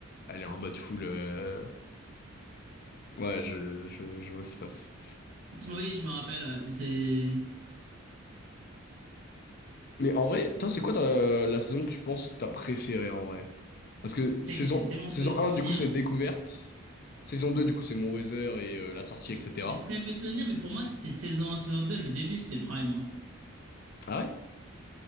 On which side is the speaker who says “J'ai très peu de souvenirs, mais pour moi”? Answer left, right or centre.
Right